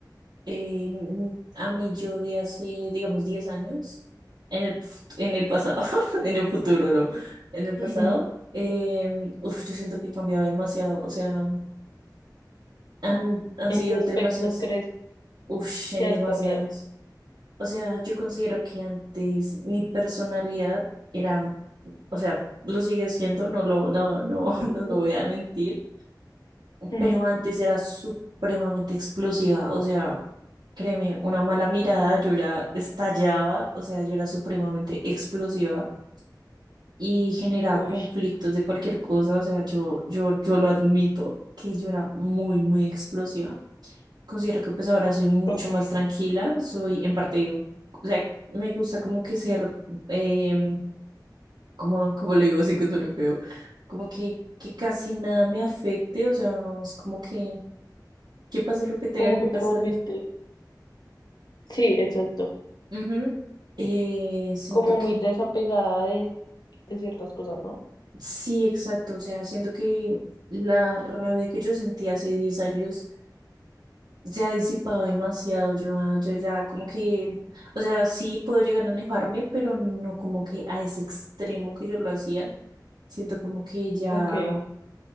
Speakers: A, on the right; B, on the left.
A: eh, mm, a mí yo de hace, digamos, 10 años, en el, fu- en el pasado, <laughs> en el futuro, no, en el pasado,
B: Ujú.
A: em, uf, yo siento que he cambiado demasiado, o sea, han, han
B: ¿En
A: sido
B: qué aspectos
A: demasiados,
B: crees
A: uf, en
B: que has
A: demasiados.
B: cambiado?
A: O sea, yo considero que antes mi personalidad era, o sea, lo sigue siendo, no lo, no, no, <laughs> no lo voy a mentir,
B: Ujú.
A: pero antes era supremamente explosiva, o sea, créeme, una mala mirada, yo ya estallaba, o sea, yo era supremamente explosiva y generaba
B: Uy,
A: conflictos de cualquier cosa, o sea, yo, yo, yo lo admito que yo era muy, muy explosiva. Considero que pues ahora soy mucho
B: ok.
A: más tranquila, soy en parte, o sea, me gusta como que ser, em, como, como le digo, sí que suena feo, como que, que casi nada me afecte, o sea, es como que, que pase lo que tenga
B: Como
A: que
B: que
A: pasar.
B: te volviste. Sí, exacto.
A: Ujú. Eh, siento
B: Como
A: que,
B: muy desapegada de, de ciertas cosas, ¿no?
A: sí, exacto, o sea, siento que la rabia que yo sentí hace 10 años se ha disipado demasiado. Yo, yo ya como que, o sea, sí puedo llegar a enojarme, pero no como que a ese extremo que yo lo hacía. Siento como que ya,
B: Ok.